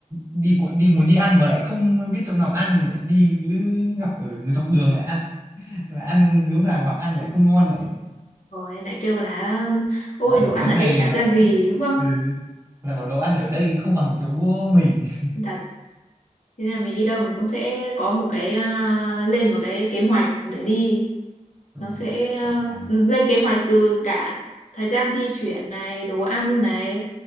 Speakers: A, on the right; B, on the left.
A: đi cu- đi muốn đi ăn mà lại không biết chỗ nào ăn lại đi cứ gặp ở dọc đường lại ăn lại ăn cứ vào vào ăn lại không ngon lại
B: rồi lại kêu là ôi
A: lại
B: đồ
A: bảo
B: ăn
A: chỗ
B: ở
A: này
B: đây chả
A: ờ,
B: ra gì đúng không
A: ừ, lại bảo đồ ăn ở đây không bằng chỗ của mình <laughs>
B: thật thế nên là mình đi đâu mình cũng sẽ có một cái à, lên một cái kế hoạch để đi
A: Đúng
B: nó
A: rồi
B: sẽ à,
A: chỗ hàng
B: lên kế hoạch từ cả thời gian di chuyển này đồ ăn này